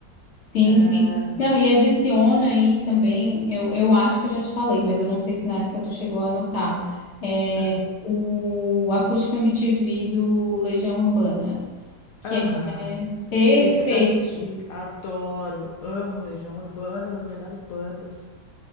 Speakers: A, on the left (about 40°); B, on the left (about 70°).
A: Sim,
B: É,
A: sim. Não, e adiciona aí também, eu, eu acho que eu já te falei, mas eu não sei se na época tu chegou a anotar, é,
B: Aham.
A: o Acústica MTV do Legião Urbana, que
B: Aham.
A: é perfeito.
B: Esse eu já assisti, adoro, amo Legião Urbana, das melhores bandas.